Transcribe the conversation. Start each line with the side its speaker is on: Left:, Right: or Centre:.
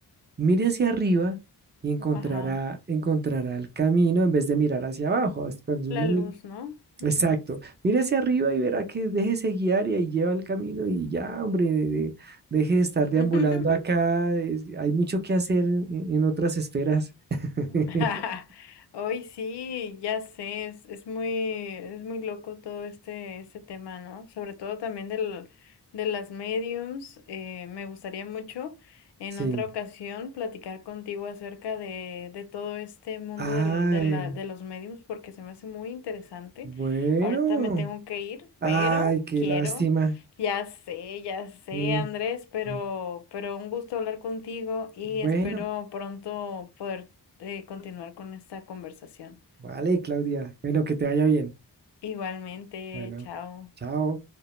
Right: mire hacia arriba y encontrará,
Left: ajá.
Right: encontrará el camino en vez de mirar hacia abajo. Es Cuando
Left: La
Right: uno mi-
Left: luz, ¿no? Ujú.
Right: Exacto. Mira hacia arriba y verá que déjese guiar y ahí lleva el camino y ya, hombre, de- de- deje de estar deambulando
Left: <laughs>
Right: acá. es- hay mucho que hacer en, en otras esferas. <laughs>
Left: <laughs> Hoy sí, ya sé, es, es muy, es muy loco todo este, este tema, ¿no? Sobre todo también del, de las mediums. eh, me gustaría mucho en
Right: Sí.
Left: otra ocasión platicar contigo acerca de, de todo este mundo
Right: Ay,
Left: del- de la- de los mediums porque se me hace muy interesante.
Right: bueno.
Left: Ahorita me tengo que ir,
Right: Ay,
Left: pero
Right: qué
Left: quiero,
Right: lástima.
Left: ya sé, ya sé,
Right: Mm,
Left: Andrés, pero,
Right: mm.
Left: pero un gusto hablar contigo y
Right: Bueno,
Left: espero pronto poder eh, continuar con esta conversación.
Right: vale, Claudia. Bueno, que te vaya bien.
Left: Igualmente,
Right: Bueno,
Left: chao.
Right: chao.